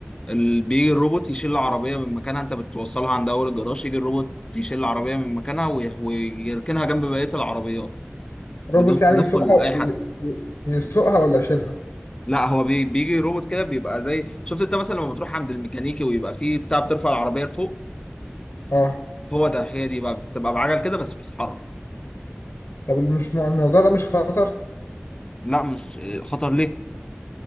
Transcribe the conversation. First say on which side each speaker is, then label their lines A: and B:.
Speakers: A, on the left (about 20°); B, on the left (about 75°).
A: ال- بيجي الروبوت يشيل العربية من مكانها انت بتوصلها عند اول الجراج يجي الروبوت يشيل العربية من مكانها وي- ويركنها جنب بقية العربيات
B: روبوت
A: بدون
B: يعني
A: تدخل
B: يسوقها
A: اي حد
B: يسوقها ولا يشيلها؟
A: لا هو بي- بيجي روبوت كده بيبقى زي شفت انت مثلا لما بتروح عند الميكانيكي ويبقى فيه بتاع بترفع العربيه لفوق
B: اه
A: هو ده هي دي بقى بتبقى بعجل كده بس بتتحرك
B: طب مش الموضوع ده مش خطر
A: لا مش اه، خطر ليه